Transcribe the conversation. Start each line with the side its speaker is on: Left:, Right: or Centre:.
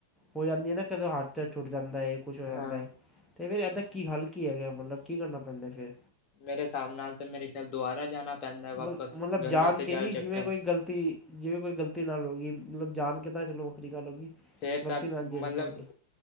Centre: ਹੋ ਜਾਂਦੀ ਹੈ ਨਾ ਕਦੇ ਹਟ 'ਚ ਛੁੱਟ ਜਾਂਦਾ ਹੈਏ ਕੁਛ ਹੋ ਜਾਂਦਾ
Left: ਹਾਂ
Centre: ਹੈ ਅਤੇ ਫਿਰ ਇਹਦਾ ਕੀ ਹਲਕੀ ਹੈਗਾ ਮਤਲਬ ਕੀ ਕਰਨਾ ਪੈਂਦਾ ਫਿਰ
Left: ਮੇਰੇ ਹਿਸਾਬ ਨਾਲ ਤੇ, ਮੇਰੇ ਖਿਆਲ ਦੁਬਾਰਾ ਜਾਣਾ ਪੈਂਦਾ ਵਾਪਸ
Centre: ਮਤਲਬ- ਮਤਲਬ
Left: ਗੰਗਾ
Centre: ਜਾਣ
Left: ਤੇ
Centre: ਕੇ
Left: ਜਲ
Centre: ਨਹੀਂ,
Left: ਚੱਕਣ
Centre: ਜਿਵੇਂ ਕੋਈ ਗਲਤੀ ਜਿਵੇਂ, ਕੋਈ ਗਲਤੀ ਨਾਲ ਹੋ ਗਈ ਮਤਲਬ ਜਾਣ ਕੇ ਤਾਂ, ਚਲੋ ਵੱਖਰੀ ਗੱਲ ਹੋ ਗਈ।
Left: ਫੇਰ
Centre: ਗਲਤੀ
Left: ਤਾਂ
Centre: ਨਾਲ
Left: ਮਤਲਬ,
Centre: ਜੇ ਦਿੱਤ ਹੋ ਗਈ